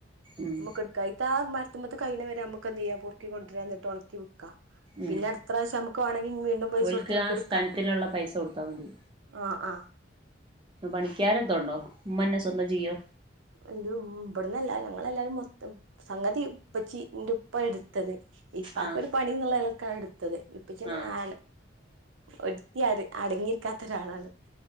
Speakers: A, on the right; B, on the right.
A: ഉം
B: നമുക്ക് എടുക്കാം ഇതാ ആ മരത്തുമത്തെ കഴ്ണെ വരെ നമുക്ക് എന്ത്യ്യാ പൊ ർക്കി കൊണ്ടരാ ന്നട്ട് ഒണക്കി വിക്കാ
A: ഉം
B: പിന്നെ അടുത്ത പ്രാവശം നമക്ക് വാണ വീണ്ടും പൈസ
A: ഓൽക്ക്
B: കൊടുത്ത് നമക്ക്
A: ആ
B: എടുക്ക
A: സ്ഥലത്തിനുള്ള പൈസ കൊടുത്താ മതി
B: ആ ആ.
A: പണിക്കാരന്തോ ഉണ്ടോ ഉമ്മന്നെ സ്വന്തം ചെയ്യോ?
B: ഇവിടന്ന് എല്ലാരും ഞങ്ങളെല്ലാരും മൊത്തം സംഗതി പ്പച്ചി ന്റെ ഉ ഇപ്പ എടുത്തത് ഇപ്പാക്ക്‌
A: ആഹ്
B: ഒരു പണിന്നുള്ള നെലക്കാണ് എ ത്തത് ഇപ്പച്ചിന്നെ
A: ആഹ്
B: ആ ഒരുത്തി അ അടങ്ങിയിരിക്കാത്ത ഒരാളാണ്.